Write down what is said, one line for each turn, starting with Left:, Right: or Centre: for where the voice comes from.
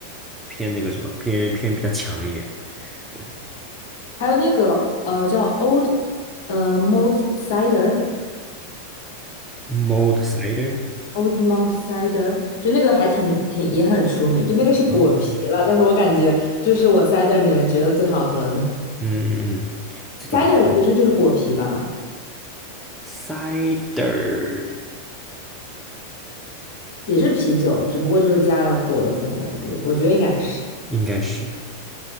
Centre: 偏那个什么，偏偏比较强一点，对
Left: 还有那个呃叫 Old 呃 Mount Cider
Centre: ，Mod Cider，
Left: o l d Mount Cider，就那个还挺挺也很出名，就那个是果啤了，
Centre: 哦
Left: 但是我感觉这是我 cider 里面觉得最好喝的。
Centre: 嗯嗯嗯，这种嗯
Left: cider 其实就是果啤吧，
Centre: Cider
Left: 也是啤酒，只不过就是加了果的风味，我我觉得应该是
Centre: 应该是